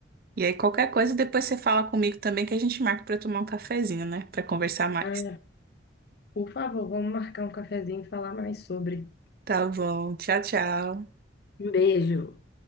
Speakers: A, on the right; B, on the left.
A: E aí, qualquer coisa, depois você fala comigo também que a gente marca pra tomar um cafezinho, né? Pra conversar mais.
B: Ah, por favor, vamos marcar um cafezinho e falar mais sobre.
A: Tá bom. Tchau, tchau.
B: Um beijo.